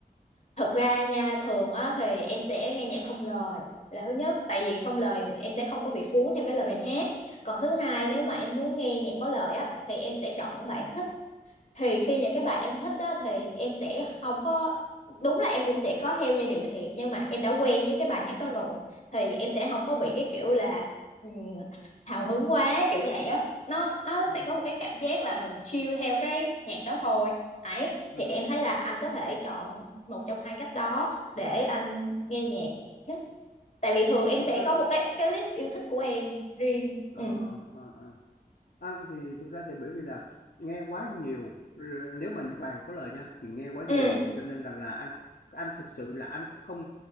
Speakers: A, on the left; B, on the left.
A: thật ra nha thường á thì em sẽ nghe nhạc không lời là thứ nhất tại vì không lời em sẽ không có bị cuốn theo cái lời bài hát còn thứ hai nếu mà em muốn nghe nhạc có lời á thì em sẽ chọn những bài em thích thì khi những cái bài em thích á thì em sẽ không có đúng là em cũng sẽ có theo giai điệu thiệt nhưng mà em đã quen với cái bài hát đó rồi thì em sẽ không có bị cái kiểu là ừm, hào hứng quá kiểu vậy á nó nó
B: ừ,
A: sẽ có một cái cảm giác là mình chill theo cái nhạc đó thôi ấy
B: ừ.
A: thì em thấy là anh có thể chọn một trong hai cách đó để anh nghe nhạc nhé tại vì thường em
B: thực
A: sẽ
B: ra
A: có một cái cái list yêu thích của em riêng
B: Ờ,
A: ừ
B: ờ, ờ. Anh thì thực ra thì bởi vì là nghe quá nhiều Ừ, nếu mà bài có lời nha thì nghe quá
A: ừ
B: nhiều cho nên rằng là anh anh thực sự là anh không